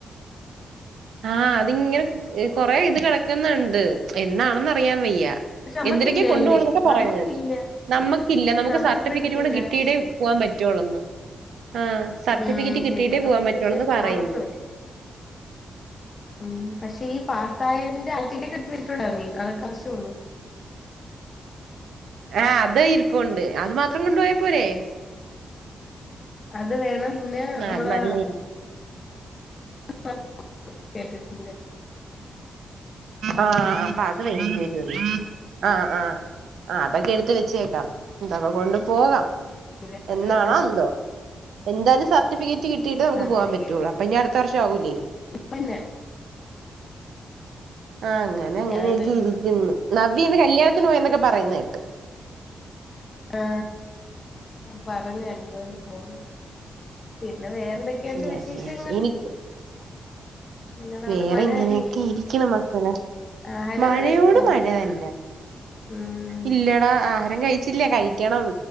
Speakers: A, on the right; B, on the left.
A: ആ അതിങ്ങനെ കൊറെ ഇത് കെടക്ക്‌ന്ന്ണ്ട് എന്നാണെന്നറിയാൻ വെയ്യ
B: പക്ഷെ നമ്മക്കില്ലല്ലേ
A: എന്തിനൊക്കെ കൊണ്ടു പോണംന്നൊക്കെ പറയുന്ന
B: നമ്മക്കില്ല
A: നമ്മക്കില്ല നമുക്ക്
B: നമ്മക്ക്
A: സർട്ടിഫിക്കറ്റ്
B: ഇപ്പഴ പറ്റൂല
A: കൂടെ കിട്ടിയിട്ടേ പോകാൻ പറ്റൊള്ളെന്ന് ആ സർട്ടിഫിക്കറ്റ്
B: ഉം
A: കിട്ടിയിട്ടേ
B: ശരിയാണ്
A: പോവാൻ
B: അപ്പൊ
A: പറ്റൊള്ളെന്ന്
B: പിന്നെ
A: പറയ്ന്ന്
B: താമസം വരും ഉം പക്ഷേ ഈ പാസായതിന്റെ <unintelligible> അതൊക്കെ ആവശ്യോള്ളു
A: ആ അത ഇരിപ്പുണ്ട് അത് മാത്രം കൊണ്ട് പോയാപ്പോരെ
B: അത് വേണം പിന്നെ
A: ആഹ്
B: നമ്മളെ
A: അത് മതിയായിരിക്കും
B: <unintelligible> കേട്ടിട്ട്ണ്ട്
A: ആ അപ്പൊ അത് വേണ്ടി വെരും ആ ആ ആ അതൊക്കെ എടുത്ത് വെച്ചേക്കാം തൊക്കെ കൊണ്ട് പോകാം
B: പിന്നെ
A: എന്നാണോ
B: നിക്കാം
A: എന്തോ എന്താലും സർട്ടിഫിക്കറ്റ് കിട്ടീട്ടെ നമുക്ക്
B: അങ്ങനെയൊക്കെ
A: പോവാൻ പറ്റുള്ളൂ അപ്പനി അടുത്ത വർഷാവൂല്ലേ
B: പിന്നെ
A: ആ അങ്ങനെ അങ്ങനെയൊക്കെ
B: ഞാൻ എന്താ
A: ഇരിക്ക്‌ന്ന് നവ്യ ഇന്ന്‌ കല്യാണത്തിന് പോയന്നൊക്കെ പറയുന്ന കേട്ട്
B: ആ പറഞ്ഞു എന്താലും പോവും പിന്നെ വേറെന്തൊ ക്കെണ്ട്
A: യെസ്
B: വിശേഷങ്ങൾ
A: യെസ് എനിക്ക്
B: നിങ്ങളവിടെ
A: വേറെ
B: മഴ
A: ഇങ്ങനെയൊക്കെ
B: തന്നെ
A: ഇരിക്ക്‌ണ് മക്കള്
B: ആഹാരൊക്കെ
A: മഴയോട്
B: കഴിച്ചാ
A: മഴ തന്നെ
B: ഉം
A: ഇല്ലടാ ആഹാരം കഴിച്ചില്ല കഴിക്കണം